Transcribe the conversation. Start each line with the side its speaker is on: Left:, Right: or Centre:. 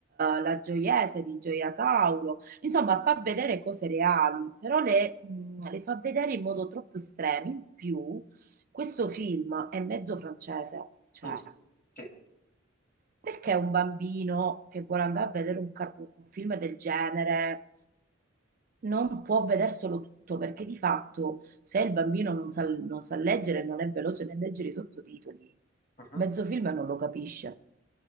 Right: la Gioiese di Gioia Tauro. Insomma, fa vedere cose reali, però le, mh, le fa vedere in modo troppo estremo. In più, questo film è mezzo francese, cioè,
Left: Mm, Sì,
Right: perché un bambino che vuole andare a vedere un car- un film del genere? non può vedere solo tutto, perché di fatto se il bambino non sa, non sa leggere, non è veloce nel leggere i sottotitoli,
Left: Mhm.
Right: mezzo film non lo capisce.